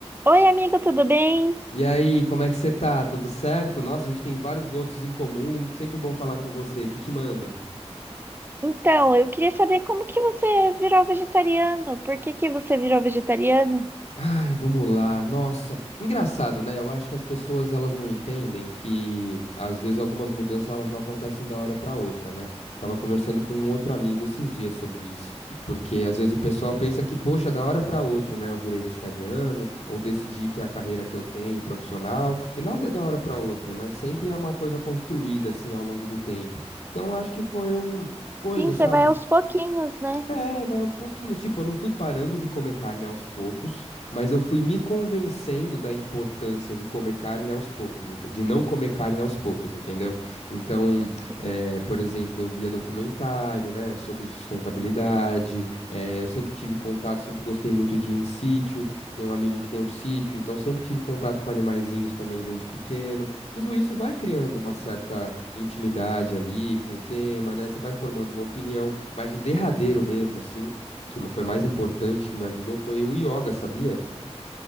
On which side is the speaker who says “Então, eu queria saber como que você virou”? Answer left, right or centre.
Right